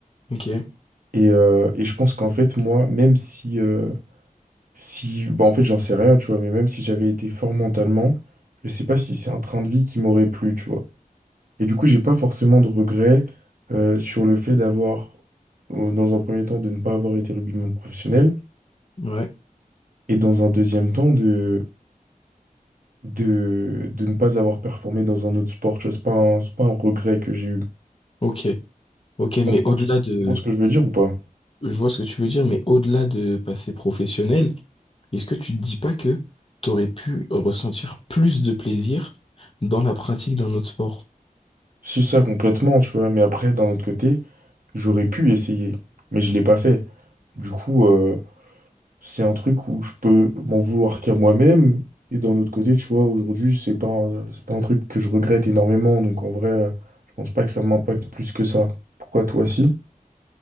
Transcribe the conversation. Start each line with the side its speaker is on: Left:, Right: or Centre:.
Left: Ok,
Right: Et, euh, et je pense qu'en fait, moi, même si, euh, si bah, en fait, j'en sais rien, tu vois, mais même si j'avais été fort mentalement, je sais pas si c'est un train de vie qui m'aurait plu, tu vois. Et du coup, j'ai pas forcément de regrets euh, sur le fait d'avoir, euh, dans un premier temps, de ne pas avoir été rugbyman professionnel,
Left: ouais,
Right: et dans un deuxième temps, de de, de ne pas avoir performé dans un autre sport. Tu vois, c'est pas un, c'est pas un regret que j'ai eu.
Left: ok, ok,
Right: Tu
Left: mais
Right: comprends
Left: au-delà
Right: tu
Left: de,
Right: comprends ce que je veux dire ou pas?
Left: je vois ce que tu veux dire, mais au-delà de passer professionnel, est-ce que tu te dis pas que t'aurais pu ressentir plus de plaisir dans la pratique d'un autre sport?
Right: Si ça complètement, tu vois, mais après, d'un autre côté, j'aurais pu essayer, mais je l'ai pas fait. Du coup, euh, c'est un truc où je peux m'en vouloir qu'à moi-même. Et d'un autre côté, tu vois, aujourd'hui, c'est pas un, c'est pas un truc que je regrette énormément. Donc en vrai, euh, je pense pas que ça m'impacte plus que ça. Pourquoi toi, si?